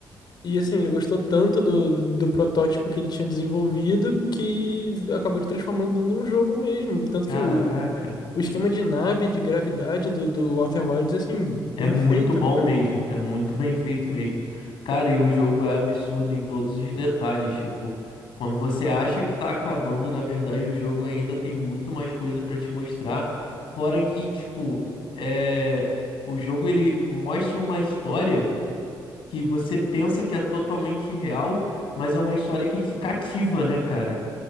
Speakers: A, on the left (about 55°); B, on the left (about 85°).
A: E assim, ele gostou tanto do, do protótipo que ele tinha desenvolvido que acabou de transformando num jogo mesmo. Tanto
B: Caraca.
A: que o, o esquema de nave, de gravidade do, do Outer Wilds é assim,
B: É
A: perfeito,
B: muito bom
A: né, cara?
B: mesmo. É muito bem feito mesmo. Cara, e o jogo é absurdo em todos os detalhes. Tipo, quando você acha que tá acabando, na verdade, o jogo ainda tem muito mais coisa pra te mostrar. Fora que, tipo, é... o jogo ele mostra uma história que você pensa que é totalmente real, mas é uma história que te cativa, né, cara?